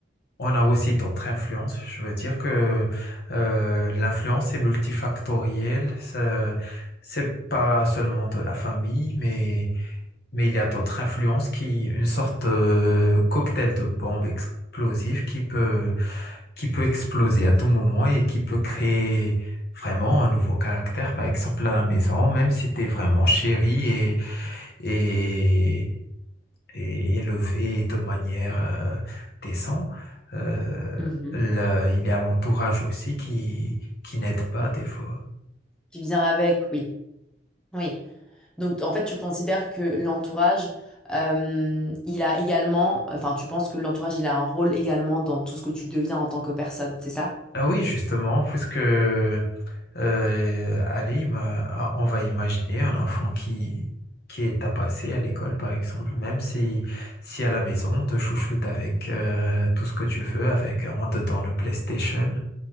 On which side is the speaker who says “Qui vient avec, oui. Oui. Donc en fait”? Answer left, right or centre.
Centre